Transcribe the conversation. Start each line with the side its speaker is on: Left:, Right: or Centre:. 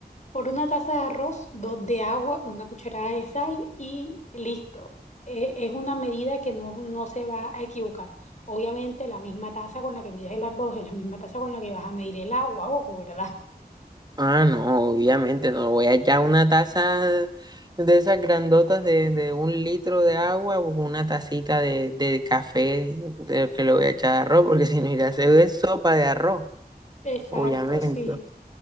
Left: Por una taza de arroz, dos de agua, una cucharada de sal y listo. E- Es una medida que no, no se va a equivocar. Obviamente la misma taza con la que mides el arroz es la misma taza con la que vas a medir el agua, ojo, ¿verdad?
Right: Ah, no, obviamente no. Voy a echar una taza de esas grandotas de, de un litro de agua o una tacita de, de café de que le voy a echar de arroz, porque <laughs> si no iré a hacer es sopa de arroz,
Left: Exacto,
Right: obviamente.
Left: sí.